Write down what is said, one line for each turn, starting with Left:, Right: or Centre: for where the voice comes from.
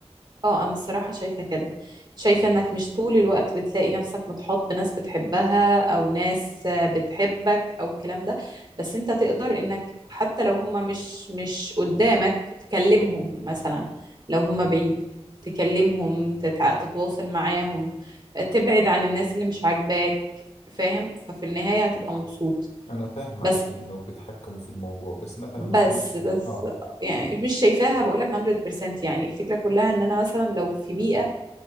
Right: اه انا الصراحة شايفة كده شايفة انك مش طول الوقت بتلاقي نفسك متحاط بناس بتحبها او ناس آه، بتحبك او الكلام ده بس انت تقدر انك حتى لو هما مش مش قدامك تكلمهم مثلا لو هما بعيد تكلمهم تتع... تتواصل معاهم آه، تبعد عن الناس اللي مش عاجباك فاهم ففي النهاية هتبقى مبسوط
Left: أنا فاهم
Right: بس
Left: عليك إنه بتحكموا في الموضوع بس مثلا
Right: بس
Left: خليني
Right: بس
Left: آه
Right: يعني
Left: أكيد.
Right: مش شايفاها بقولك 100% يعني الفكرة كلها ان انا مثلا لو في بيئة